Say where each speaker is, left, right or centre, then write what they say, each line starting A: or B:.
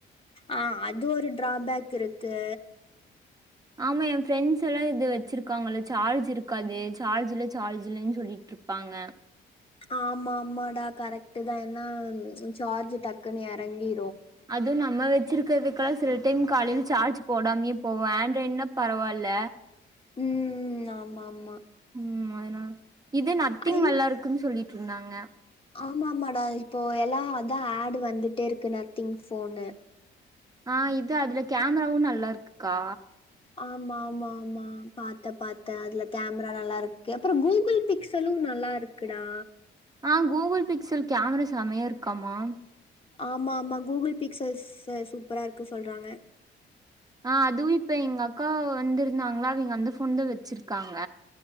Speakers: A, on the left; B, on the right.
A: ஆஹ அது ஒரு டிராபேக் இருக்கு.
B: ஆமா என் ஃப்ரெண்ட்ஸ் எல்லாம் இது வச்சிருக்காங்களல்ல சார்ஜ் இருக்காது சார்ஜ்ல சார்ஜ் இலன்னு சொல்லிட்டு இருப்பாங்க.
A: ஆமா ஆமாடா கரெக்ட். ட்டு தான் என்ன சார்ஜ் டக்குன்னு இறங்கி.
B: அதுவும் நம்ம வச்சிருக்கிறதுகாசு டீம் காலேல சார்ஜ் போடாமே போவே ஆண்ட்ராய்ட்னா பரவால்ல.
A: ம் ஆமா ஆமா.
B: ம் அதுனா. இது நத்திங்
A: ஐ
B: நல்லா இருக்குன்னு சொல்லிட் இருந்தாங்க.
A: ஆமா ஆமாடா இப்போ எல்லா அதா ஆட் வந்துட்டே இருக்கு நத்திங் ஃபோனு.
B: ஆ இது அதுல கேமராவும் நல்லா இருக்குக்கா.
A: ஆமா ஆமா ஆமா பாத்த பாத்த அதுல கேமரா நல்லாருக்கு அப்புறோ கூகுள் பிக்சலும் நல்லாருக்குடா.
B: ஆ கூகுள் பிக்சல் கேமரா செமையா இருக்காமா.
A: ஆமா ஆமா கூகுள் பிக்சல்ஸ் அது சூப்பரா இருக்கு சொல்றாங்க.
B: ஆ அதுவும் இப்ப எங்க அக்கா வந்திருந்தாங்களா அவங்க அந்த ஃபோன் தான் வெச்சிருக்காங்க.